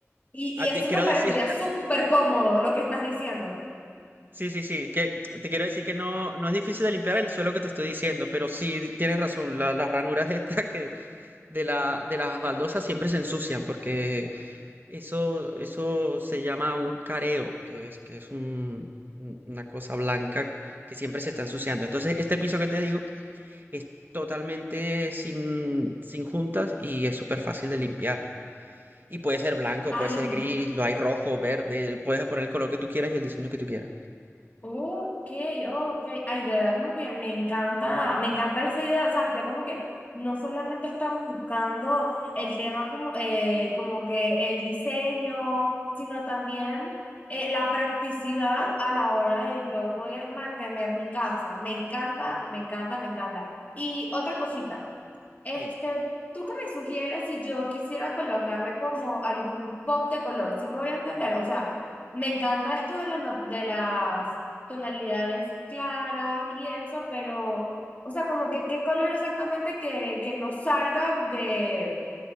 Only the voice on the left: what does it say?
y,
y eso
me parecería
súper cómodo lo que estás diciendo.
Ay,
Ok, ok. Ay, de verdad, como que me encanta, me encanta esa idea. O sea, ya como que no solamente estamos buscando el tema como, eh, como que el diseño, sino también eh, la practicidad a la hora de yo poder mantener mi casa. Me encanta, me encanta, me encanta. Y otra cosita. Este,
¿tú qué me sugieres si yo quisiera colocarle como algún pop de color? Si me voy a entender, o sea, me encanta esto de, la no- de las tonalidades claras y eso, pero, o sea, como que qué color exactamente que, que no salga de,